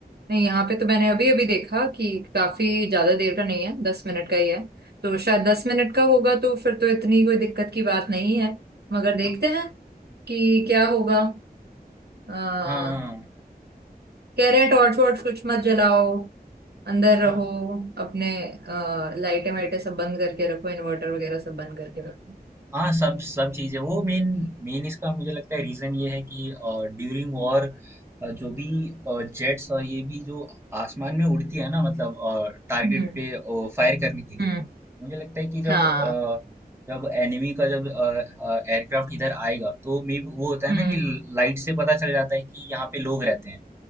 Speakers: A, on the right (about 80°); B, on the right (about 15°).
A: नहीं यहाँ पे तो मैंने अभी अभी देखा कि काफी ज्यादा देर का नहीं है दस मिनट का ही है तो शायद दस मिनट का होगा तो फिर तो इतनी कोई दिक्कत की बात नहीं है मगर देखते
B: हाँ,
A: हैं कि क्या होगा अ, कह
B: हाँ, हाँ, हाँ,
A: रहे हैं टॉर्च वॉर्च कुछ मत जलाओ अंदर रहो
B: हाँ,
A: अपने अ, लाइटें वाइटें सब बंद करके रखो इन्वर्टर वगैरह सब बंद करके रखो
B: हाँ सब सब चीज़ें वो मेन मेन इसका मुझे लगता है रीजन ये है कि ड्यूरिंग वॉर जो भी जेट्स और ये भी जो आसमान में उड़ती है ना मतलब टारगेट
A: हम्म
B: पे फायर करने के लिए
A: हम्म
B: मुझे लगता है कि जब
A: हाँ
B: अ, जब एनिमी का जब एयरक्राफ्ट इधर आएगा तो मे वो होता है
A: हम्म
B: ना कि लाइट से पता चल जाता है कि यहाँ पे लोग रहते हैं